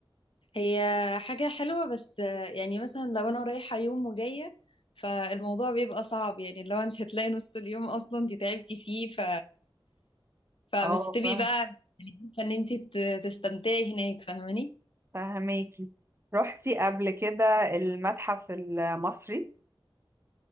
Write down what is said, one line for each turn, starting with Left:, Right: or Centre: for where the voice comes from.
Left: هي حاجة حلوة بس آه يعني مثلا لو انا رايحة يوم وجاية فالموضوع بيبقى صعب يعني لو انت هتلاقي نص اليوم اصلا انت تعبتي فيه ف... فمش
Right: اه
Left: هتبقي بقى يعني عارفة ان انت ت- تستمتعي هناك فاهماني
Right: فهماكي رحتي قبل كده المتحف المصري